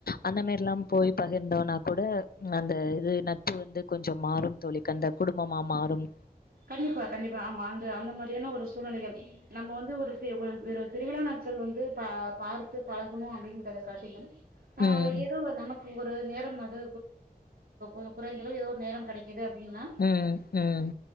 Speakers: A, on the left (about 75°); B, on the right (about 85°).
A: அந்த மாதிரி எல்லாம் போய் பகிர்ந்தோனா கூட அந்த இது நட்பு வந்து கொஞ்சம் மாறும் தோழிக அந்த குடும்பமா மாறும்
B: கண்டிப்பா கண்டிப்பா ஆமா அந்த அந்த மாதிரியான ஒரு சூழ்நிலைகள் நம்ம வந்து ஒரு வ திருவிழா நாட்கள் வந்து ப பார்த்து பழகணும் அப்படின்றத காட்டியும் ஆஹ்
A: ம்
B: எதுவும் நமக்கு ஒரு நேரம் அது ஒரு குறைந்தளவு ஏதோ ஒரு நேரோ கெடைக்கும் இது அப்டீன்னா
A: ம் ம்